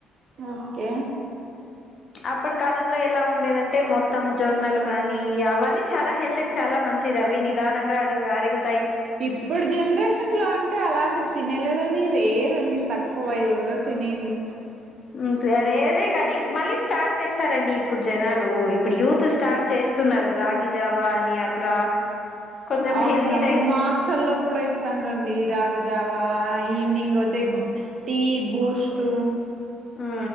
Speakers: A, on the right; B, on the left.
A: ఓకే
B: <inaudible> అప్పటి కాలంలో ఎలా ఉండేదంటే మొత్తం జొన్నలు గాని అవన్నీ చాల హెల్త్ క్ చాల మంచిది అవి నిదానంగ అడుగు అరుగ్
A: ఇప్పడు జెనరేషన్ లో అన్ టే అలాంటివి తినేలేదండి రేరండి తక్కువ ఎవరో తినేది
B: ఉమ్ రేరే కనీ మళ్ళీ స్టార్ట్ చేశారండి ఇప్పుడు జనాలు ఇప్పుడు యూత్ స్ స్టార్ట్ చేస్తున్నారు రాగి జావా అని అట్లా కొంచెం
A: అవునవును
B: హెల్తీ డైట్స్
A: మా హాస్టల్లో కూడ ఇస్ స్తాంరండి రాగజావా ఈవినింగ్ ఒతే టీ బూస్ట్
B: ఆ ఆ